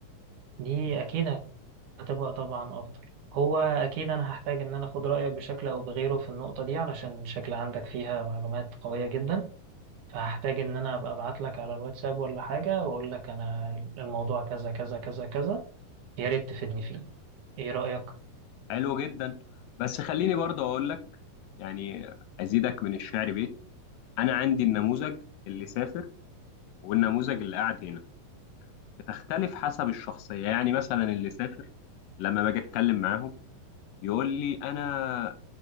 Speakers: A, on the right; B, on the left.
A: دي أكيد هتبقى طبعا أفضل هو أكيد أنا هحتاج إن أنا أخد رأيك بشكل أو بغيره في النقطة دي علشان شكل عندك فيها معلومات قوية جدا فهحتاج إن أنا أبقى أبعت لك على الواتساب ولا حاجة وأقول لك أنا الموضوع كذا كذا كذا كذا يا ريت تفيدني فيه إيه رأيك؟
B: حلو جدا بس خليني برضه اقول لك يعني ازيدك من الشعر بيت انا عندي النموذج اللي سافر والنموذج اللي قاعد هنا بتختلف حسب الشخصية يعني مثلا اللي سافر لما باجي اتكلم معاهم يقول لي انا